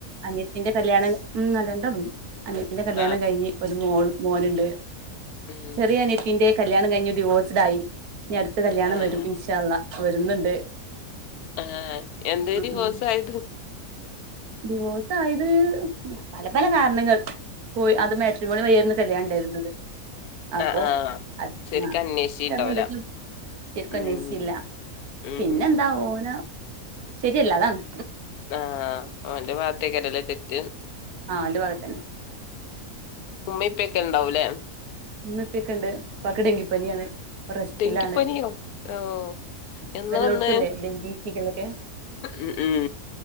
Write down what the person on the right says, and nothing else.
അനിത്തിന്റെ കല്യാണം ഉം <unintelligible> ന്റെ കല്യാണം
കഴിഞ്ഞ് ഒരുമോൾമോനുണ്ട്
ചെറിയ അനിയത്തിന്റെ കല്യാണം കഴിഞ്ഞ് ഡിവോഴ്സ്ഡ് ആയി ഇനി അടുത്ത് കല്യാണംവരും
ഇൻഷാഅള്ളാഹ് വരുന്നുണ്ട്
ഉം
ഉം ഡിവോഴ്സ് ആയത് പല പല കാരണങ്ങൾ പോയി അത് മേട്രിമോണി വയി ആയിരുന്ന് കല്യാണം ണ്ടാര്ന്നത് അപ്പൊ
അത്
ചിലതെന്തൊക്കെയൊ ശരിക്കുംഅന്വേശിച്ചില്ല
പിന്നെന്താ ഓന ശരിയല്ല അതാണ്
ആ അവന്റെ ഭാഗത്തന്നെ
മ്മ ഇപ്പക്കെ ഇണ്ട് പ്പാക്ക്‌ ഡങ്കിപ്പനി ആണ് ഇപ്പ റെസ്റ്റിലാണ്
ഇപ്പല്ലൊടുത്തുല്ലേ
ഡെങ്കി ശിഗല്ലക്കെ